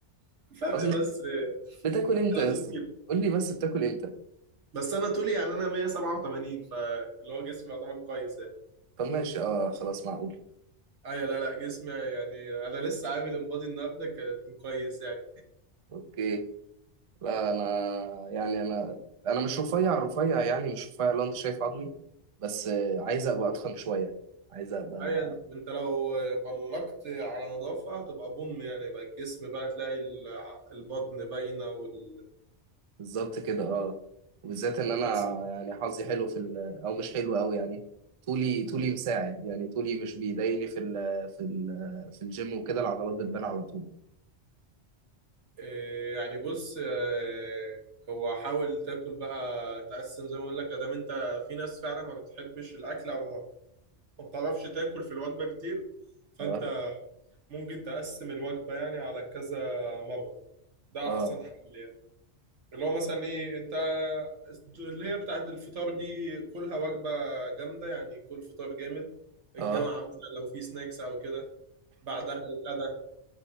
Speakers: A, on the right (about 80°); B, on the right (about 45°).
A: <laughs> فرق
B: اصل
A: بس
B: بتاكل امتى
A: 30
B: يا اسطى
A: كيلو
B: قول لي بس بتاكل امتى
A: بس انا طولي يعني انا 187 فاللي هو جسمي يعتبر كويس يعني
B: طب ماشي اه خلاص معقول
A: ايوه لا لا جسمي يعني انا لسه عامل انبادي النهارده كان كويس يعني
B: اوكي لا انا يعني انا انا مش رفيع رفيع يعني مش رفيع لو انت شايف عظمي بس آه، عايز ابقى اتخن شويه عايز ابقى
A: ايوه انت لو بلقت على نظافه هتبقى بوم يعني بقى الجسم بقى تلاقي الع- البطن باينه وال
B: بالظبط كده اه وبالذات ان انا
A: بس
B: يعني حظي حلو في ال... او مش حلو قوي يعني طولي طولي مساعد يعني طولي مش بيضايقني في ال... في ال... في الجيم وكده العضلات بتبان على طول
A: إيه يعني بص آه، هو حاول تاكل بقى تقسم زي ما اقول لك ادام انت في ناس فعلا ما بتحبش الاكل او ما ما بتعرفش تاكل في الوجبه كتير فانت
B: اه
A: ممكن تقسم الوجبه يعني على كذا مره ده
B: اه
A: احسن حل يعني اللي هو مثلا ايه انت اللي هي بتاعت الفطار دي كلها وجبه جامده يعني كل فطار جامد الجامعه
B: اه
A: مثلا لو في سناكس او كده بعدها الغدا